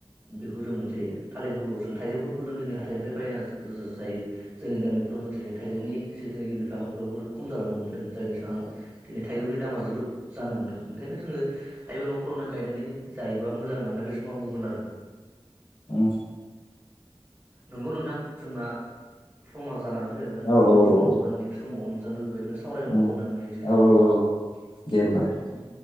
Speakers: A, on the right; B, on the left.
A: बेखौ जों मोनजायो थालिरफोरखौ जों थाइजौफोरखौ जों दिनै हाथाइनिफ्राय बायना जा-जा-जायो जोंनि गामिफोराव दिनै थाइजौनि जिथुनाखि बिफां बेफोरखौ बिरद खम जालांनो हमदों जायनि जाहोनाव दिनै थाइजौनि दामा जोबोद जानो हमदों ओंखायनो जोङो हायोबा न'फोरावनो गायनानै जायोबा मोजां होननानै बे समाव बुं गोन आरो।
B: ओं।
A: नंगौ नोंथां‌। जोंना समा जानानै फैबायमोन
B: औ
A: इयुन समाव एबा नेक्स्ट समाव नोंथांजों बेबायदिनो सावरायनो
B: औ
A: मोनबावगोन होननानै मिजिंथिनाय
B: औ
A: जाबाय।
B: औ दे होमबालाय